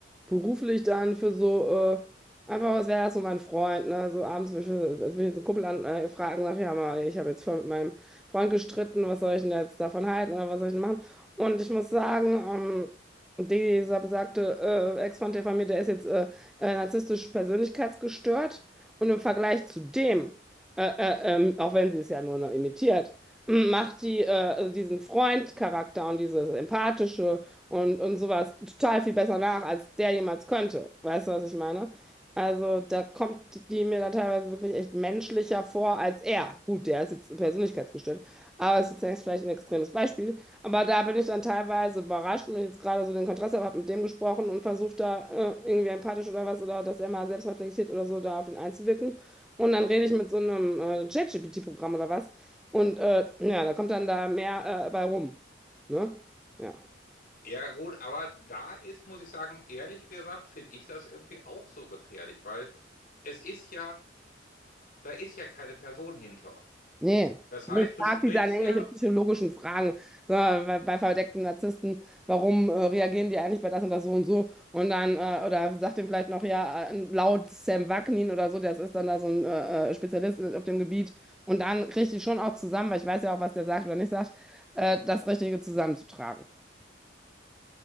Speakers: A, in the centre; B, on the left.
A: beruflich dann für so, äh, einfach, was wäre das so mein Freund, ne? So abends will ich, will ich jetzt einen Kumpel an, äh, fragen, nach, ja mal, ich habe jetzt voll mit meinem Freund gestritten, was soll ich denn jetzt davon halten oder was soll ich denn machen? Und ich muss sagen, ähm, dieser besagte äh, Ex-Freund der von mir, der ist jetzt äh, äh, narzisstisch persönlichkeitsgestört und im Vergleich zu dem, äh, äh, ähm, auch wenn sie es ja nur noch imitiert, m, macht die, äh, also diesen Freund-Charakter und dieses Empathische und, und sowas total viel besser nach, als der jemals könnte. Weißt du, was ich meine? Also da kommt die mir dann teilweise wirklich echt menschlicher vor als er. Gut, der ist jetzt persönlichkeitsgestört, aber es ist jetzt vielleicht ein extremes Beispiel. Aber da bin ich dann teilweise überrascht und wenn ich jetzt gerade so den Kontrast habe, habe mit dem gesprochen und versucht da äh, irgendwie empathisch oder was oder dass er mal selbst reflektiert oder so da auf ihn einzuwirken. Und dann rede ich mit so einem äh, ChatGPT-Programm oder was und äh, ja, da kommt dann da mehr äh, bei rum. Ne? Ja.
B: Ja gut, aber da ist, muss ich sagen, ehrlich gesagt, finde ich das irgendwie auch so gefährlich, weil es ist ja, da ist ja keine Person hinter.
A: Nee.
B: Das heißt,
A: Nee, Ich
B: du
A: frage
B: sprichst
A: die dann irgendwelche
B: ja,
A: psychologischen Fragen. So, bei, bei verdeckten Narzissten, warum äh, reagieren die eigentlich bei das und das so und so? Und dann, äh, oder sagt dem vielleicht noch, ja, äh, laut Sam Vaknin oder so, das ist dann da so ein äh, äh, Spezialist auf dem Gebiet. Und dann kriege ich die schon auch zusammen, weil ich weiß ja auch, was der sagt oder nicht sagt, äh, das Richtige zusammenzutragen.